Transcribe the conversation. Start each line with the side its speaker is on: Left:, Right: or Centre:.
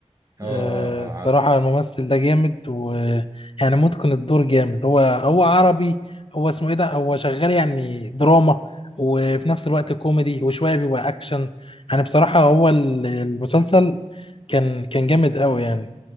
Right: اه اه
Left: آه، الصراحة
Right: اه عارف
Left: الممثل ده جامد ويعني متقن الدور جامد هو هو عربي هو اسمه ايه ده هو شغال يعني دراما وفي نفس الوقت كوميدي وشوية بيبقى أكشن يعني بصراحة هو ال- المسلسل كان كان جامد قوي يعني